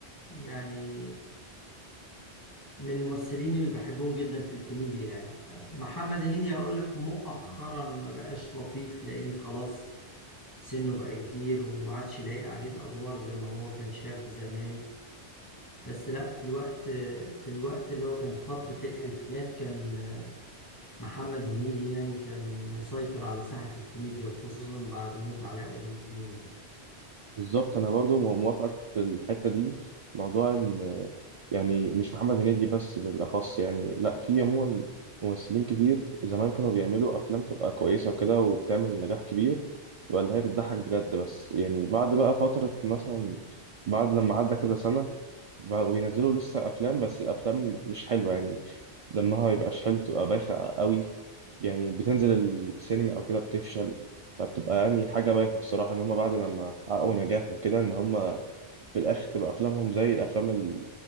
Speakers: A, on the left (about 20°); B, on the right (about 60°).
A: يعني من الممثلين اللي بحبهم جدا في الكوميديا يعني ف- محمد هنيدي هقول لك مؤخرا ما بقاش لطيف لاني خلاص سنه بقى كبير وما عادش لايق عليه الادوار زي ما هو كان شاب زمان بس لا في الوقت في الوقت اللي هو كان فترة الألفينات كان محمد هنيدي يعني كان مسيطر على ساحة الكوميديا وخصوصا بعد موت علاء ولي الدين
B: بالظبط انا برضو مو- موافقك في الحته دي موضوع ان يعني مش محمد هنيدي بس بالاخص يعني لا في عموما ممثلين كتير زمان كانوا بيعملوا افلام تبقى كويسه وكده وبتعمل نجاح كبير تبقى اللي هي بتضحك بجد بس يعني بعد بقى فتره مثلا بعد لما عدى كده سنه بقوا ينزلوا لسه افلام بس الافلام مش حلوه يعني دمها ما بيبقاش حلو بتبقى بايخة قوي يعني بتنزل السينما أو كده بتفشل فبتبقى يعني حاجة بايخة الصراحة إن هما بعد لما حققوا نجاح وكده إن هما في الآخر تبقى أفلامهم زي الأفلام ال-